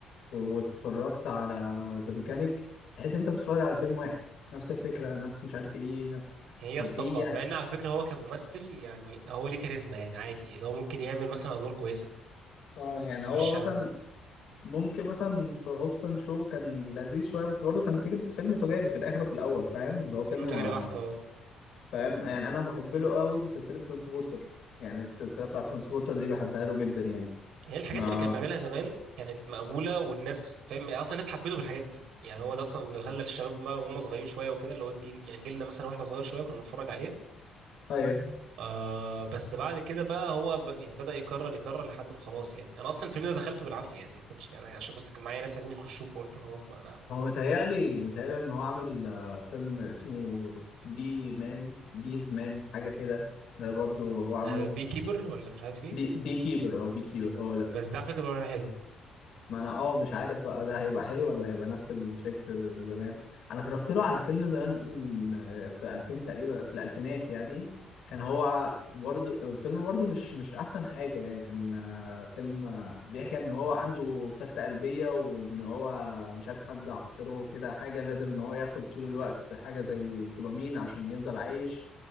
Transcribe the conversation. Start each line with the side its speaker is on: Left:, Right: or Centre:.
Left: واتفرجت على ذا ميكانيك تحس ان انت بتتفرج على فيلم واحد نفس الفكره نفس مش عارف ايه نفس
Right: هي
Left: طب
Right: اسطمبة
Left: ايه يعني
Right: مع ان على فكره هو كممثل يعني هو ليه كاريزما يعني عادي لو ممكن يعمل مثلا ادوار كويسه
Left: اه يعني هو
Right: مش
Left: مثلا ممكن مثلا في هوبسون شو كان لذيذ شويه بس برضه كان فكر فيلم تجاري في الاخر وفي الاول فاهم اللي هو
Right: فيلم
Left: فيلم ما
Right: تجاري بحت اه
Left: فاهم يعني انا بحب له قوي سلسله ترانسبورتر يعني السلسله بتاعت ترانسبورتر دي بحبها له جدا يعني
Right: هي الحاجات
Left: ما
Right: اللي كان بيعملها زمان كانت مقبولة والناس فاهم اصلا الناس حبته بالحاجات دي يعني هو ده اصلا اللي خلى الشباب ما- وهم صغيرين شوية وكده اللي هو الجيل يعني جيلنا مثلا واحنا صغير شوية كنا بنتفرج عليه
Left: امم
Right: آه بس بعد كده بقى هو ب... يعني بدأ يكرر يكرر لحد ما خلاص يعني انا اصلا الفيلم ده دخلته بالعافية يعني ما كنتش يعني عشان بس كان معايا ناس عايزين يخشوه فقلت خلاص بقى انا ما...
Left: هو متهيألي متهيألي إن هو عامل آه، فيلم اسمه بي مان بيز مان حاجة كده ده برضو هو عامله
Right: آه بي كيبر ولا مش عارف ايه
Left: بي, بي كيبر أو بي كيبر هو ده
Right: بس ده على فكرة بقى حلو
Left: ما انا اه مش عارف بقى ده هيبقى حلو ولا هيبقى نفس الفكر اللي زمان انا اتفرجت له على فيلم زمان آه، في 2000 تقريبا في الالفينات يعني كان هو برضه فيلم برضه مش مش احسن حاجه يعني كان آه، فيلم آه، بيحكي ان هو عنده سكته قلبيه وان هو مش عارف حد حط له كده حاجه لازم ان هو ياخد طول الوقت حاجه زي دوبامين عشان يفضل عايش